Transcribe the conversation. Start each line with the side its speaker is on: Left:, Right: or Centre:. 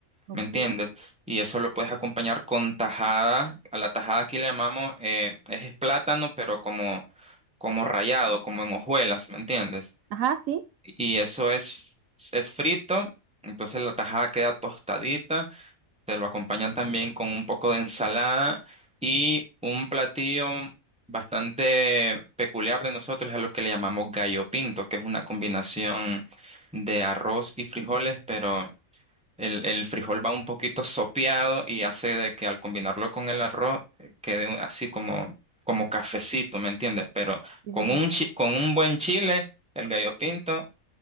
Right: Ok.
Centre: ¿Me entiendes? Y eso lo puedes acompañar con tajada. A la tajada aquí le llamamos, eh, es plátano, pero como, como rallado, como en hojuelas, ¿me entiendes?
Right: Ajá, sí,
Centre: Y eso es, es frito, entonces la tajada queda tostadita. Te lo acompañan también con un poco de ensalada y un platillo bastante peculiar de nosotros es a lo que le llamamos gallo pinto, que es una combinación de arroz y frijoles, pero el, el frijol va un poquito sopeado y hace de que al combinarlo con el arroz eh, quede un- así como, como cafecito, ¿me entiendes? Pero
Right: sí,
Centre: con
Right: sí, sí.
Centre: un, chi- con un buen chile, el gallo pinto,